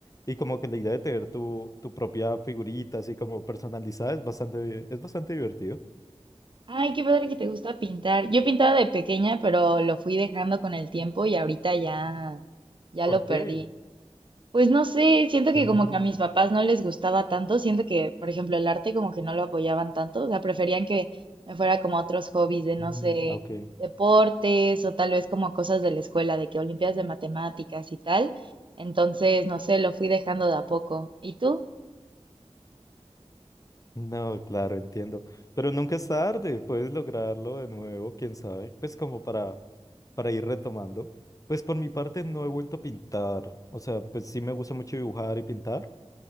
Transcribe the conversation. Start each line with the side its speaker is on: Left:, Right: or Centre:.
Left: Y como que la idea de tener tu, tu propia figurita, así como personalizada, es bastante, es bastante divertido.
Right: Ay, qué padre que te gusta pintar. Yo pintaba de pequeña, pero lo fui dejando con el tiempo y ahorita ya, ya
Left: ¿Por
Right: lo
Left: qué?
Right: perdí. Pues no sé, siento que
Left: Mm,
Right: como que a mis papás no les gustaba tanto, siento que, por ejemplo, el arte como que no lo apoyaban tanto, o sea, preferían que me fuera como a otros hobbies de, no
Left: mm,
Right: sé,
Left: ok.
Right: deportes o tal vez como cosas de la escuela, de que olimpiadas de matemáticas y tal. Entonces, no sé, lo fui dejando de a poco. ¿Y tú?
Left: No, claro, entiendo. Pero nunca es tarde, puedes lograrlo de nuevo, quién sabe. Pues como para, para ir retomando. Pues por mi parte no he vuelto a pintar. O sea, pues sí me gusta mucho dibujar y pintar.